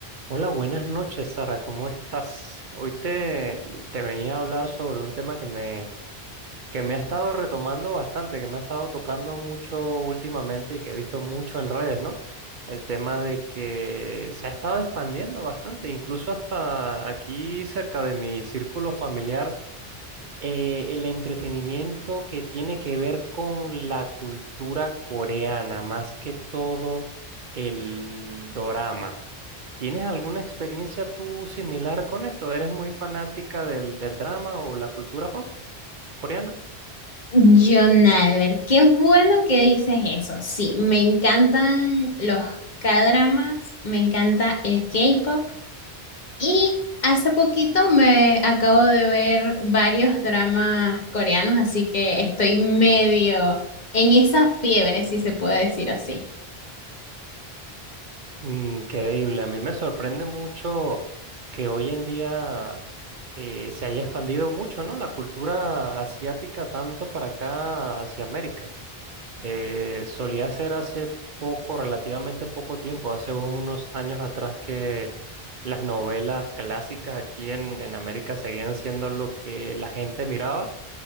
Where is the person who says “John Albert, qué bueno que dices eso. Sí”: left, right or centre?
Left